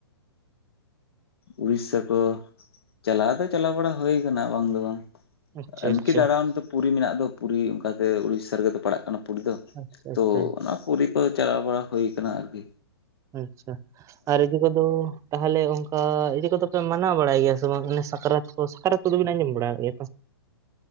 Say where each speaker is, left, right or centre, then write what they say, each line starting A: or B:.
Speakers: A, on the left; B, on the right.
A: ᱩᱲᱤᱥᱥᱟ ᱠᱚ ᱪᱟᱞᱟᱣ ᱫᱚ ᱪᱟᱞᱟᱣ ᱵᱟᱲᱟ ᱦᱩᱭ ᱠᱟᱱᱟ ᱵᱟᱝ ᱫᱚ ᱵᱟᱝ
B: ᱟᱪᱪᱷᱟ
A: ᱤᱱᱠᱟ.
B: ᱟᱪᱪᱷᱟ
A: ᱫᱟᱬᱟᱱ ᱛᱚ ᱯᱩᱨᱤ ᱢᱮᱱᱟᱜ ᱫᱚ ᱯᱩᱨᱤ ᱚᱱᱠᱟᱛᱮ ᱩᱲᱤᱥᱥᱟ ᱨᱮᱜᱮ ᱛᱚ ᱯᱟᱲᱟᱜ ᱠᱟᱱᱟ ᱯᱩᱨᱤ ᱫᱚ
B: ᱟᱪᱪᱷᱟ
A: ᱛᱳ
B: ᱟᱪᱪᱷᱟ
A: ᱚᱱᱟ ᱯᱩᱨᱤ ᱠᱚ ᱪᱟᱞᱟᱣ ᱵᱟᱲᱟ ᱦᱩᱭ ᱠᱟᱱᱟ ᱟᱨᱠᱤ
B: ᱟᱪᱪᱷᱟ ᱟᱨ ᱤᱭᱟ. ᱠᱚᱫᱚ ᱛᱟᱦᱚᱞᱮ ᱚᱱᱠᱟ ᱤᱭᱟ. ᱠᱚᱫᱚ ᱯᱮ ᱢᱟᱱᱟᱣ ᱵᱟᱲᱟᱭ ᱜᱮᱭᱟ ᱥᱮ ᱵᱟᱝ ᱚᱱᱮ ᱥᱟᱠᱨᱟᱛ ᱠᱚ ᱥᱟᱠᱨᱟᱛ ᱠᱚ ᱫᱚᱵᱤᱱ ᱟᱸᱡᱚᱢ ᱵᱟᱲᱟ ᱠᱟᱫ ᱜᱮᱭᱟ ᱛᱚ?